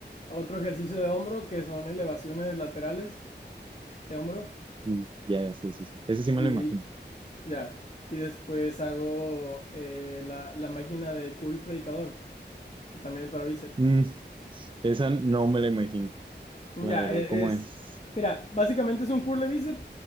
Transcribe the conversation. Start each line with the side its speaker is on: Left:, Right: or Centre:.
Left: otro ejercicio de hombro, que son elevaciones laterales de hombro.
Right: Mm, Ya, ya, sí, sí, sí. Ese sí me
Left: Y
Right: lo imagino.
Left: ya. Y después hago eh, la, la máquina de curl predicador, que también es para bíceps.
Right: Mm, esa no me la imagino,
Left: Ya,
Right: la verdad,
Left: e-
Right: ¿cómo
Left: es...
Right: es?
Left: Mira, básicamente es un curl de bíceps,